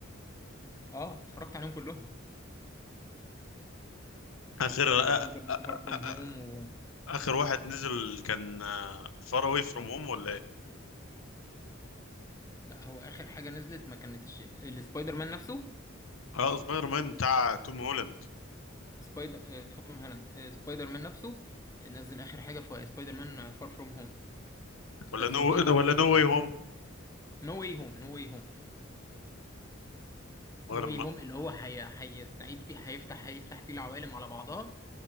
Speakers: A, on the left (about 15°); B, on the left (about 85°).
A: أه اتفرجت عليهم كلهم
B: اخر
A: اتفرجت على
B: آ-
A: سبايدر مان
B: آ-
A: فار فروم هوم
B: آ-
A: و...
B: اخر واحد نزل كان فار اواي فروم هوم ولا ايه
A: لا هو آخر حاجة نزلت ما كانتش السبايدر مان نفسه
B: اه سبايدر مان بتاع توم هولاند
A: سبايدر آه، توم هالاند آه، سبايدر مان نفسه آه، نزل اخر حاجه في سبايدر مان فار فروم هوم
B: ولا
A: بس
B: نو
A: هم
B: ولا نو واي هوم
A: نو واي هوم نو واي هوم
B: ولا
A: نو واي
B: ما
A: هوم اللي هو هي... هيستعيد فيه هيفتح هيفتح فيه العوالم على بعضها